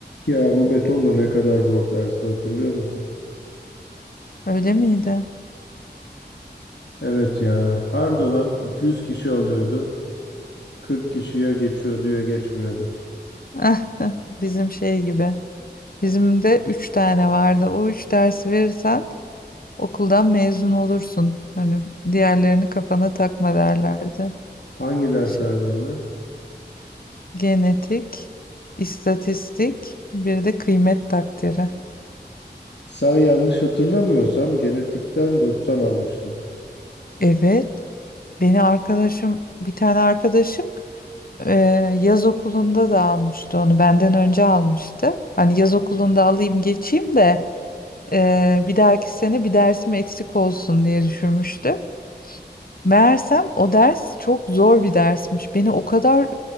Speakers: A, on the left; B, on the left.
A: Ya bu betonla ne kadar zor dersi hatırlıyor musun?
B: Öyle miydi?
A: Evet ya her dönem 200 kişi alıyordu. 40 kişiye geçiyordu ya geçmiyordu.
B: <laughs> Bizim şey gibi. Bizim de üç tane vardı. O üç dersi verirsen okuldan mezun olursun. Hani diğerlerini kafana takma derlerdi.
A: Hangi derslerde
B: Şey,
A: onlar?
B: Genetik, istatistik, bir de kıymet takdiri.
A: Sen yanlış hatırlamıyorsam genetikten 90 almıştın.
B: Evet. Beni arkadaşım, bir tane arkadaşım e, yaz okulunda da almıştı onu. Benden önce almıştı. Hani yaz okulunda alayım geçeyim de Ee, bir dahaki sene bir dersim eksik olsun diye düşünmüştüm. Meğersem o ders çok zor bir dersmiş. Beni o kadar